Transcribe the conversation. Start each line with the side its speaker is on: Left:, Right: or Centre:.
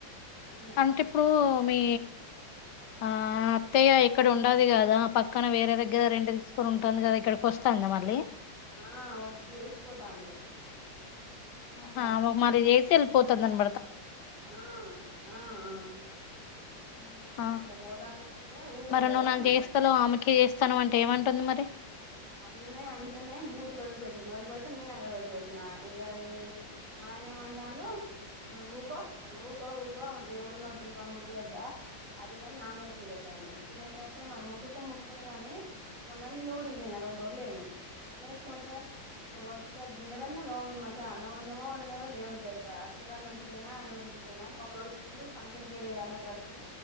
Right: ఇచ్చిన
Left: అంటే ఇప్పుడు మీ ఆ అత్తయ్య ఇక్కడ ఉండదు కదా పక్కన వేరే దగ్గర రెంటు తీసుకొని ఉంటుంది కదా ఇక్కడికి వస్తాందా మళ్ళీ
Right: ఆ వచ్చి చేసిపోతాంది అట్లా
Left: హా మరి చేస్ చెల్పోతుంఉండడు
Right: ఆ ఆ ఆ
Left: ఆ ఆ
Right: అట్లా పోతాంది అంటే ఊకుంటారా
Left: మరి నువ్వు
Right: ఎవరైనా
Left: నాకు చేస్తాలో ఆమెకి చేస్తను అంటే ఏమంట ప మరి
Right: అట్లనే అంటేనే బూతులు వదిలిపెట్టింది వదిలిపెడితే నేను అవే వదిలిపెట్టినా ఇగ ఈ మా ఆయన ఏమంటాండు నువ్వు ఊకో నువ్వు ఊకో ఊకో దేవుడున్నడు దీపాలు ముట్టియ్యద్దా అది ఇది అని నా మీద సీరియస్ అయ్యిండు సీరియస్ అయితే మరి ముట్టిత్తే ముట్టియ్యని గాని మొన్న నేను ఊరికి పోయిన రెండు రోజులు లేను లేకపోతే నువ్వు వచ్చిగా గిన్నెలన్నా తోమి మరి సరే అన్నమండినవో వండలేదో దేవునికి ఎర్క ఆ పిల్లగాడ్నుంచి పోయినా ఆయన నుంచి పోయినా ఒక రోజు పీల్ళు ఫంక్షన్కే వేయిర్రు అందరు కలిసి